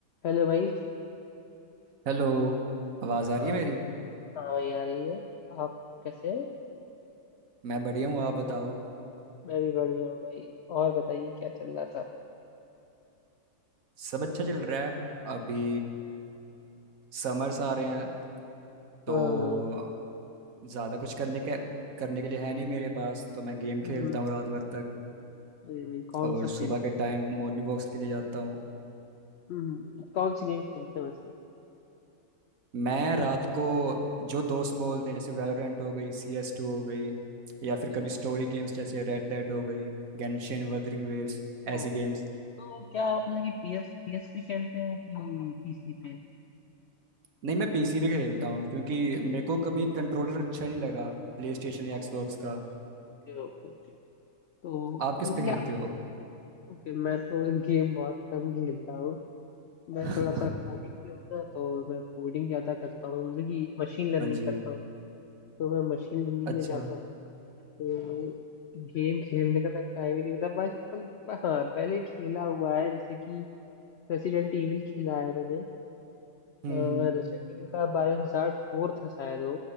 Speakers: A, on the left; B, on the right.
A: Hello भाई
B: Hello आवाज़ आ रही
A: अ, हाँ
B: है मेरी
A: भाई आ रही है आप कैसे हैं
B: मैं बढ़िया हूँ आप बताओ
A: मैं भी बढ़िया हूँ भाई और बताइए क्या चल रहा था
B: सब अच्छा चल रहा है अभी समर्स आ रहे हैं तो
A: हाँ
B: ज़्यादा कुछ करने के करने के लिए है नहीं मेरे पास तो मैं गेम खेलता
A: हम्म,
B: हूँ रात भर तक
A: अरे भाई कौन
B: और
A: सा खेल
B: सुबह के टाइम मॉर्निंग वॉक्स के लिए जाता हूँ
A: हम्म कौन सी गेम खेलते हो वैसे
B: मैं रात को जो दोस्त बोलते हैं जैसे वैलोरेंट हो गई सी एस टू हो गई या
A: अच्छा
B: फिर कभी
A: अच्छा
B: स्टोरी गेम्स जैसे रेड डेड हो गई गेंशिन
A: okay.
B: वदरिंग वेव्स
A: ओ
B: ऐसी गेम्स
A: तो क्या आप मतलब कि पीएस पीएस पे खेलते हैं कि पीसी पे
B: नहीं मैं पीसी पे खेलता हूँ क्योंकि मेरे को कभी कंट्रोलर अच्छा नहीं लगा प्ले स्टेशन या
A: ओ
B: एक्सबॉक्स का
A: ओके ओके ओके तो
B: आप
A: मतलब
B: किस पे खेलते
A: कि आप
B: हो
A: ओके मैं तो <laughs> गेम बहुत कम खेलता हूँ मैं
B: <laughs>
A: थोड़ा सा कोडिंग पे हूँ ना तो मैं कोडिंग ज्यादा करता हूँ मतलब कि मशीन लर्निंग
B: हाँ जी
A: करता हूँ तो मैं मशीन लर्निंग
B: अच्छा
A: में जाता हूँ तो गेम खेलने का तो टाइम ही नहीं मिलता बस पर, पर हाँ पहले खेला हुआ है जैसे कि रेसिडेंट ईविल खेला है मैंने
B: हम्म
A: रेसिडेंट
B: हम्म
A: ईविल का बायोहजार्ड फोर था शायद वो